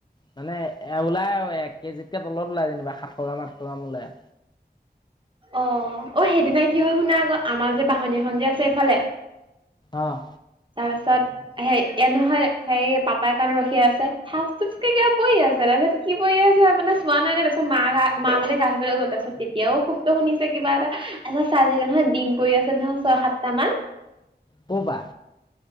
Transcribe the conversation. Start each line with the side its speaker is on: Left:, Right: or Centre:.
Left: মানে এ ওলাই আৰু এক কেজিতকে তলত ওলাই যেনিবা সাতশ গ্ৰাম আঠশ গ্ৰাম ওলাই।
Right: অ অ সেইদিনা কি হল শুনা আক, আমাৰ যে বাহনীখন যে আছে এইফালে।
Left: অঁ।
Right: তাৰপিছত হেই ইয়াত নহয় হেৰি পাপাই কাৰণে ৰখি আছে, থাচ থুচকে কিবা কৰি আছে তাৰপিছত। কি পৰি আছে মানে চোৱা নাই দেই তাৰপিছত মা গা মা মানে গা ধুবলৈ গ'ল, তাৰপিছত তেতিয়াও শব্দ শুনিছে কিবা এটা। আচ্ছা চাই থাকে নহয় ডিম পৰি আছে নহয় ছয় সাতটা মান।
Left: ক পা।